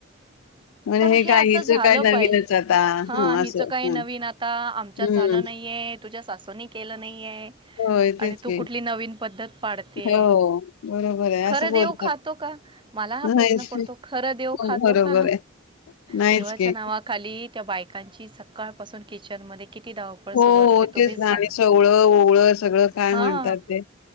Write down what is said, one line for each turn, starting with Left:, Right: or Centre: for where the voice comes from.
Right: <inaudible>
Left: म्हणजे
Right: पण हे
Left: काय
Right: असं
Left: हिचं
Right: झालं
Left: काय नवीनच
Right: पाहिजे,
Left: आता
Right: हा
Left: हं,
Right: हिचं
Left: असं
Right: काही
Left: हं,
Right: नवीन आता आमच्यात
Left: हं.
Right: झालं नाही. हे तुझ्या सासूनी केलं नाहीये.
Left: होय,
Right: आणि
Left: तेच
Right: तू
Left: की.
Right: कुठली नवीन पद्धत पाडते,
Left: हो, बरोबर आहे.
Right: खरं
Left: असं बोलतात.
Right: देव खातो का? मला हा
Left: नाहीच
Right: प्रश्न पडतो, खरं देव
Left: हो,
Right: खातो
Left: बरोबर
Right: का?
Left: आहे. नाहीच
Right: देवाच्या
Left: की.
Right: नावाखाली त्या बायकांची सकाळ पासून किचन मध्ये किती धावपळ
Left: हो
Right: सुरू असते तुम्हीच
Left: तेच ना,
Right: सांगा.
Left: आणि सगळं ओवळं सगळं काय
Right: हां,
Left: म्हणतात ते?